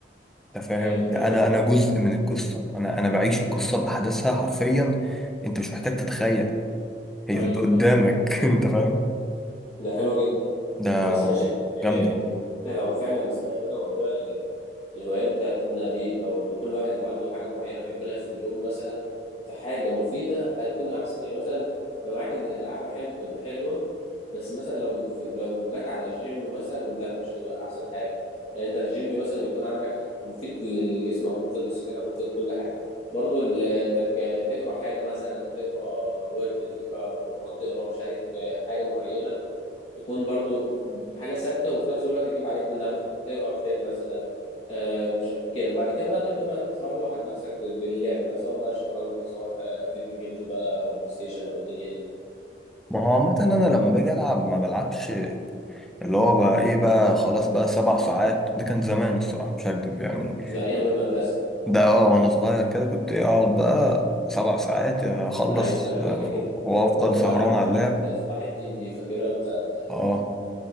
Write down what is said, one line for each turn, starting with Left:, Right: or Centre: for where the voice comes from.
Centre: انت فاهم
Left: أيوه حلوة
Centre: ده انا
Left: دي
Centre: انا جزء من القصه انا انا بعيش القصه باحداثها حرفيا انت مش محتاج تتخيل هي
Left: أيوه
Centre: انت قدامك
Left: فاهمك
Centre: <laughs> انت فاهم
Left: ده حلوة جدا
Centre: ده
Left: بس أنا شايف إيه،
Centre: جامده
Left: إن إحنا لو فعلا استغلينا موضوع الهوايات بتاعتنا دي او كل واحد لو عنده حاجه معينه بيعملها في اليوم مثلا في حاجه مفيده هتكون احسن يعني مثلا انا معاك ان الالعاب احيانا بتبقى حلوه بس مثلا لو في لو جت على الجيم مثلا لا مش هتبقى احسن حاجه يعني انت في الجيم مثلا يكون عندك ح- مفيد لجسمك ومفيد لصحتك ومفيد كل حاجه برضو ال- انك تقرا حاجه مثلا تقرا ورد تقرا قران تقرا مش عارف حاجه معينه تكون برضو حاجة ثابتة وفي نفس الوقت تجيب عليك من نفع تقرا كتاب مثلا آه، مش كده وبعد كده بقى تبدأ بقى تروح عن نفسك ب- باللعب بقى سواء بقى شطرنج سواء آه، فيديو جيمز بقى أو بلاي ستيشن أو الدنيا دي
Centre: ما هو عامة أنا لما باجي ألعب ما بلعبش اللي هو بقى إيه بقى خلاص بقى سبع ساعات ده كان زمان الصراحة مش هكدب يعني
Left: ده أيام المدرسة
Centre: ده أه وأنا صغير كده كنت إيه أقعد بقى سبع ساعات أخلص
Left: أيوه أنا
Centre: آه،
Left: كنت كده
Centre: وأفضل
Left: كنت
Centre: سهران
Left: بلعب
Centre: على
Left: لعبة
Centre: اللعب
Left: صلاح الدين دي فاكرها بتاعت
Centre: أه